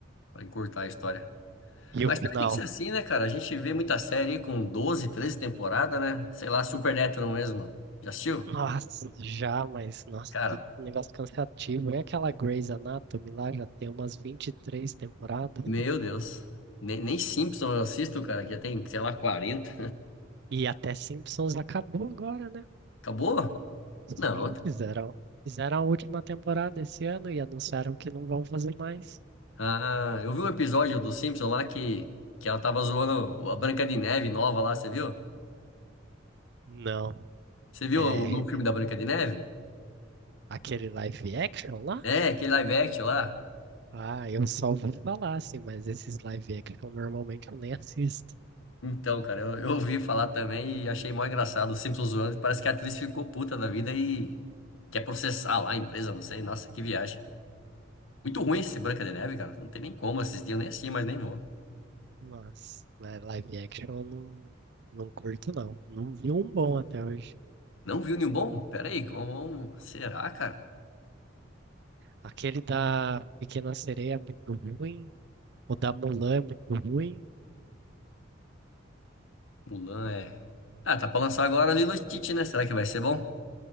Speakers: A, on the left (about 75°); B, on the right (about 60°).
A: pra encurtar a história.
B: E
A: Mas
B: o
A: também
B: final?
A: tem que ser assim, né, cara? A gente vê muita série aí com 12, 13 temporadas, né? Sei lá, Supernatural mesmo. Já assistiu?
B: Nossa, já, mas nossa,
A: Cara,
B: que negócio cansativo. É aquela Grey's Anatomy lá, já tem umas 23 temporadas.
A: meu Deus. Nem, nem Simpson eu assisto, cara, que já tem, sei lá, 40.
B: E até Simpsons acabou agora, né?
A: Acabou? Não,
B: Sim, fizeram, fizeram a última temporada esse ano e anunciaram que não vão fazer mais.
A: Ah, eu vi um episódio do Simpson lá que, que ela tava zoando a Branca de Neve nova lá, você viu?
B: Não.
A: Você viu
B: É,
A: o no filme da Branca de Neve?
B: Aquele live action lá?
A: É, aquele live action lá.
B: Ah, eu só ouvi <laughs> falar, assim, mas esses live action normalmente eu nem assisto.
A: Então, cara, eu, eu ouvi falar também e achei mó engraçado. O Simpsons zoando, parece que a atriz ficou puta da vida e quer processar lá a empresa, não sei. Nossa, que viagem. Muito ruim esse Branca de Neve, cara. Não tem nem como assistir, eu nem assisti, mas nem vou.
B: Mas, né, live action eu não, não curto, não. Não vi um bom até hoje.
A: Não viu nenhum bom? Pera aí, vamos... vamos- Será, cara?
B: Aquele da Pequena Sereia é muito ruim. O da Mulan é muito ruim.
A: Mulan é... Ah, tá pra lançar agora Lilo e Stitch, né? Será que vai ser bom?